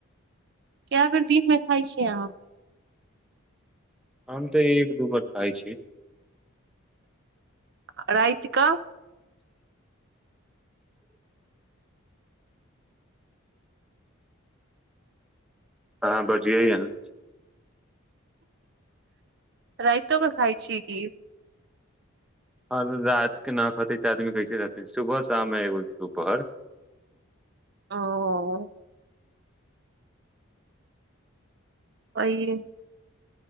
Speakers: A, on the right; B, in the centre.
A: कए बेर दिन मे खाइ छियै अहाँ?
B: हम तऽ एक दू बेर खाइ छी।
A: आ राति कऽ।
B: अहां बजियै हन।
A: राइतो कऽ खाइ छी कि।
B: हां और राति के ना खेतै तऽ आदमी कैसे रहतै सुबह शाम एगो दुपहर।
A: ओ। ओहिये